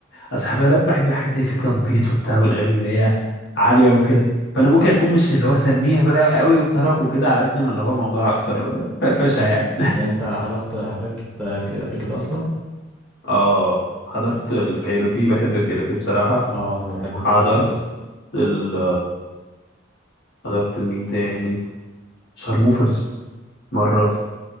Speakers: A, on the left (about 65°); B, in the centre.
A: اصل حفلات بحب الحاجات اللي في التنطيط وبتاع والاغاني اللي هي عاليه وكده فانا ممكن اكون مش اللي هو سميع بقى قوي وطرب وكده على قد ما اللي هو الموضوع اكتر فرفشه يعني
B: يعني انت حضرت حفلات كت- ك- قبل كده اصلا
A: <laughs> اه حضرت الكايروكي بحب الكايروكي بصراحه
B: اه انا بحب
A: حضرت
B: كايروكي برضه
A: ال حضرت المين تاني شارموفرز مرة